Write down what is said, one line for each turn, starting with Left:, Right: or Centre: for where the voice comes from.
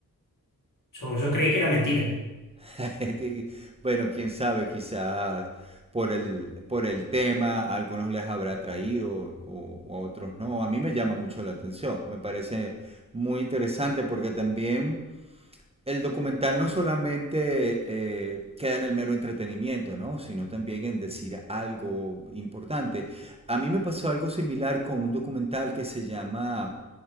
Left: Yo, yo creí que era mentira.
Right: <laughs> Di- Bueno, quién sabe, quizás por el, por el tema a algunos les habrá atraído o, o a otros no. A mí me llama mucho la atención. Me parece muy interesante porque también el documental no solamente eh, queda en el mero entretenimiento, ¿no? Sino también en decir algo importante. A mí me pasó algo similar con un documental que se llama,